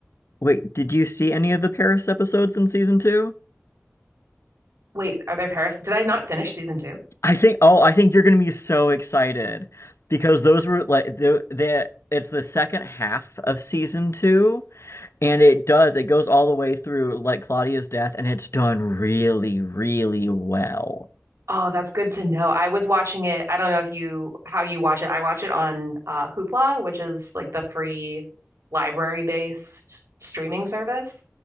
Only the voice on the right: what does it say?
Wait, are there Paris? Did I not finish season two?
Oh, that's good to know. I was watching it. I don't know if you how you watch it. I watch it on uh, Hoopla, which is like the free library-based streaming service.